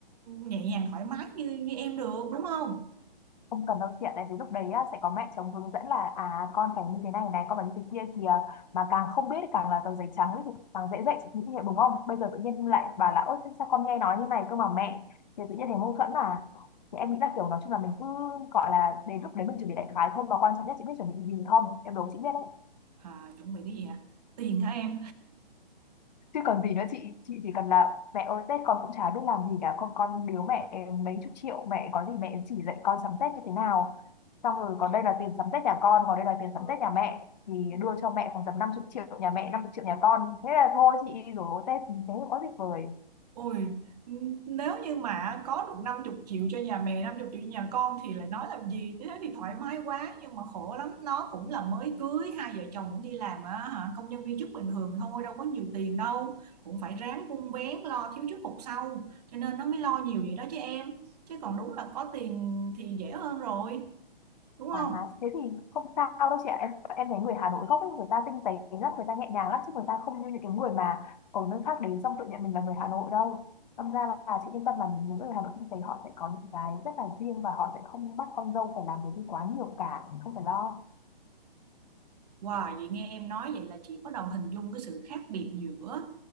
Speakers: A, on the right (about 45°); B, on the left (about 45°).
A: nhẹ nhàng thoải mái như như em được đúng không?
B: Không cần đâu chị ạ, tại vì lúc đấy á, sẽ có mẹ chồng hướng dẫn là à con phải như thế này này, con phải như thế kia kìa mà càng không biết thì càng là tờ giấy trắng ấy, thì càng dễ dạy chị như thế đúng không? Bây giờ tự nhiên lại bảo là ơ thế sao con nghe nói như này cơ mà mẹ thì tự nhiên thấy mâu thuẫn mà thì em nghĩ là kiểu nói chung là mình cứ gọi là đến lúc đấy mình chuẩn bị đại khái thôi mà quan trọng nhất chị biết chuẩn bị gì không em đố chị biết đấy
A: À, chuẩn bị cái gì hả? Tiền hả em?
B: chứ còn gì nữa chị chị chỉ cần là mẹ ơi Tết con cũng chả biết làm gì cả con con biếu mẹ mấy chục triệu mẹ có gì mẹ chỉ dạy con sắm Tết như thế nào xong rồi còn đây là tiền sắm Tết nhà con còn đây là tiền sắm Tết nhà mẹ thì đưa cho mẹ khoảng tầm năm chục triệu nhà mẹ năm chục triệu nhà con thế là thôi chị rồi Tết thế có gì vời
A: Ôi, n- nếu như mà có được 50 triệu cho nhà mẹ, 50 triệu cho nhà con thì lại nói làm gì, thế thì thoải mái quá, nhưng mà khổ lắm, nó cũng là mới cưới, hai vợ chồng cũng đi làm á, hả, công nhân viên chức bình thường thôi, đâu có nhiều tiền đâu, cũng phải ráng vun vén lo thiếu trước hụt sau, cho nên nó mới lo nhiều vậy đó chứ em, chứ còn đúng là có tiền thì dễ hơn rồi, đúng không?
B: À, thế thì không sao đâu chị ạ em em thấy người Hà Nội gốc ấy người ta tinh tế lắm người ta nhẹ nhàng lắm chứ người ta không như những cái người mà ở nơi khác đến xong tự nhận mình là người Hà Nội đâu đâm ra là chị yên tâm là những người Hà Nội tinh tế họ sẽ có những cái rất là riêng và họ sẽ không bắt con dâu phải làm cái gì quá nhiều cả không phải lo
A: Wow, vậy nghe em nói vậy là chị bắt đầu hình dung cái sự khác biệt giữa